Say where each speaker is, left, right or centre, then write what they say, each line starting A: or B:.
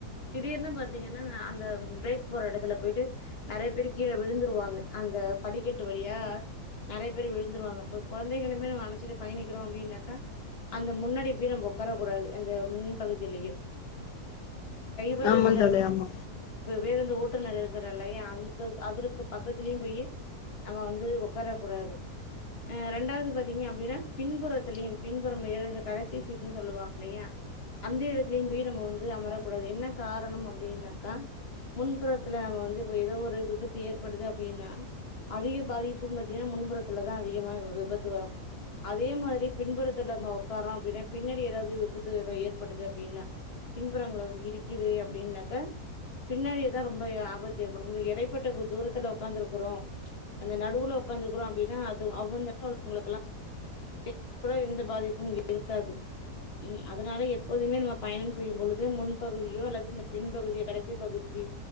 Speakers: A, on the left; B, on the left.
A: திடீர்னு பத் பாத்தீங்கன்னா அந்த ப்ரேக் போற இடத்துல போயிட்டு நறைய பேர் கீழே விழுந்துருவாங்க அந்த படிக்கட்டு வழியா நெறைய பேர் விழுந்துருவாங்க இப்ப கொழந்தைகலுமே நம்ம அழைச்சிட்டு பயணிக்கிறோம் அப்படின்னாக்கா அந்த முன்னாடி போய் நம்ம உக்காரக் கூடாது அந்த முன்பகுதியிலயும் அதே மாதுரி ரைவர்
B: ஆமா
A: இருக்க
B: தோழி ஆமா
A: வேற இந்த ஓட்டுநர் இருக்குறால்லயா அந்த அதுற்கு பக்கத்துலியு போயி நம்ம வந்து உக்கர கூடாது அ ரெண்டாவ்து பாத்தீங்க அப்டின்னா பின்புறத்தலயும பின்புற வேற எந்த கடைசி சீடுன்னு சொல்லுவாங்க ல்லையா அந்த எடத்துலயு போய் நம்ம வந்து அமரக்கூடாது என்ன காரணம் அப் பினாக்கா முன்புறத்துல நம்ம வந்து இப்ப ஏதோ ஒரு விபத்து ஏற்படுது அப்டின்னா அதிக பாதிப்புன்னு பத்தின்னா முன்புறத்துலதா அதிகமா விபத்து வரு அதே மாதுரி பின்புறத்துல நம்ம உட்காரோ அப்டின்னா பின்னாடி எதாவ்து விபத்து ஏதா ஏற்படுது அப்டின்னா பின்புறங்கள வந்து இடிக்குது அப்டின் பின்னாடியே தா ரொம்ப ஆபத்து ஏற்படு எடைப்பட்ட தூரத்துல உக்காந்துருக்குறோ அந்த நடுவுல உக்காந்துருக்கறோ அப்டின்னா அதும் <inaudible> பெரிய எந்த பாதிப்பும் இருக்காது உ அதனால எப்போதுமே நம்ம பயணம் செய்யு பொழுது முன்பகுதியோ அல்லது இந்த பின்பகுதி கடைசி பகுதி